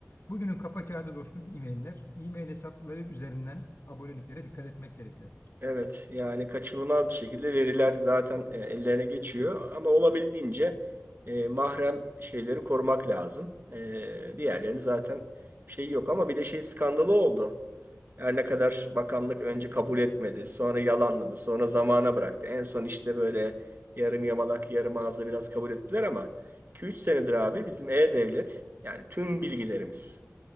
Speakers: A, on the left; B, on the right.
A: Bugünün kafa kağıdı dostum e-mailler. E-mail hesapları üzerinden aboneliklere dikkat etmek gerekiyor.
B: Evet yani kaçınılmaz bir şekilde veriler zaten e, ellerine geçiyor ama olabildiğince e, mahrem şeyleri korumak lazım. E, diğerlerini zaten şey yok ama bir de şey skandalı oldu. Her ne kadar bakanlık önce kabul etmedi, sonra yalanladı, sonra zamana bıraktı. En son işte böyle yarım yamalak, yarım ağızla biraz kabul ettiler ama 2-3 senedir abi bizim e-devlet yani tüm bilgilerimiz